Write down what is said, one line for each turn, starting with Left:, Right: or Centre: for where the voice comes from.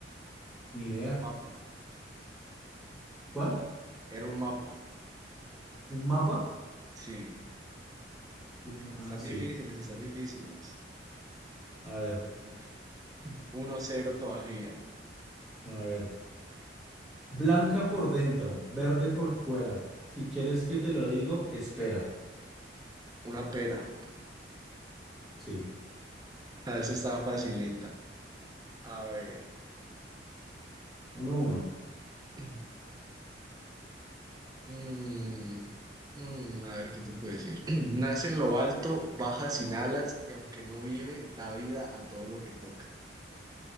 Centre: ni idea.
Right: Un mapa.
Centre: ¿Cuál?
Right: Era un mapa.
Centre: ¿Un mapa?
Right: Sí,
Centre: Tiene, ah,
Right: están
Centre: sí.
Right: difíciles, están difíciles.
Centre: A ver,
Right: Luca. 1-0 todavía.
Centre: a ver. Blanca por dentro, verde por fuera. Si quieres que te lo digo, espera.
Right: Una pera.
Centre: Sí,
Right: A veces estaba facilita. A ver.
Centre: uno, uno.
Right: <clears throat> Mm, mm, a ver, ¿qué te puedo decir? <clears throat> Nace en lo alto, baja sin alas y aunque no vive, da vida a todo lo que toca.